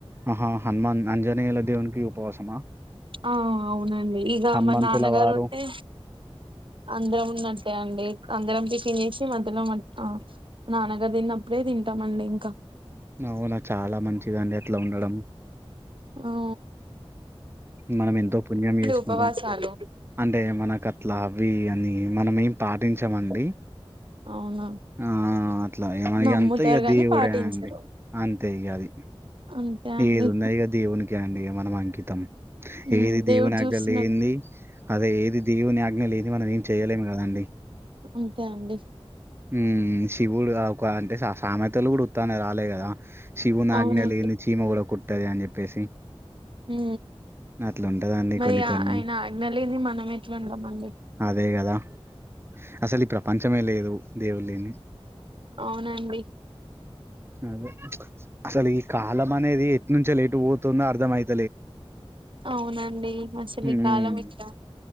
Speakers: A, on the right (about 25°); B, on the right (about 55°).
A: ఆహా హనుమాన్ అంజనేలా దేవన్ కి ఉపవాసమా
B: ఆ అవునండి ఇగ
A: హనుమంతుల
B: మా నాన్నగారు
A: వారు
B: ఉంటే అందరం ఉన్నట్టే అండి అందరం టిఫిన్ చేసి మధ్యలో ఆ నాన్నగారు తిన్నప్పుడే తింటామండి ఇంకా
A: అవునా చాలా మంచిదండి అట్లా ఉండడం
B: అవు
A: మనం ఎంతో పుణ్యం చేసుకుంటాం
B: ఉపవాసాలు
A: అంటే మనకు గట్లా అవి అన్ని మనమేం పాటించమండి
B: అవునా
A: ఆ అట్లా ఏమ
B: నమ్ముతారు
A: ఎంతయ
B: గాని
A: దేవుడే
B: పాటించరు
A: అండి అంతే ఇగ అది
B: అంతే అండి
A: ఏదు నైగ దేవున్క అండి మనం అంకితం
B: ఉమ్,
A: ఏది
B: దేవుడు
A: దేవుని
B: చూస్తున్నాడు
A: ఆజ్ఞ లేంది అదే ఏది దేవుని ఆగ్ జ్ఞ లేనిది మనం ఏం చేయలేము కదండి
B: అంతే అండి
A: మ్మ్ శివుడు ఒక అంటే సామెతలు కూడా వత్తనే రాలే కదా శివుని
B: అవునండి
A: ఆజ్ఞ లేని చీమ కూడా కుట్ ట్టదు అని చెప్పేసి
B: ఉ
A: అట్లా ఉంటదండి
B: మరి
A: కొన్ని
B: ఆ
A: కొన్ని
B: ఆయన ఆజ్ఞ లేది మనమే వెం మ
A: అదే కదా అసలు ఈ ప్రపంచమే లేదు దేవు లేని
B: అవునండి
A: అదే అసలు ఈ కాలం అనేది ఎట్ నుంచో లేటు పోతుందో అర్ధం అయితు
B: అవునండి అసలు
A: ఉమ్
B: ఈ కాలం ఇలా